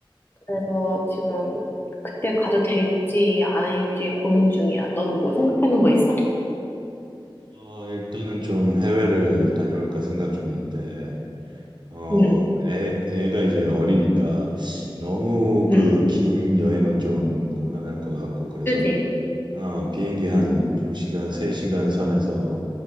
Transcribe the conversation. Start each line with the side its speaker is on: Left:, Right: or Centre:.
Left: 그래서 지금 그때 가도 될지 아닐지 고민 중이야. 넌 뭐 생각해 놓은 거 있어?
Right: 어, 일단은 좀 해외를 다녀올까 생각 중인데, 어,
Left: 응,
Right: 애, 애가 이제 어리니까 너무 그
Left: 응, 응.
Right: 긴 여행은 좀 곤란할 것 같고, 그래서
Left: 그지?
Right: 어, 비행기 한
Left: 응.
Right: 2시간, 3시간 선에서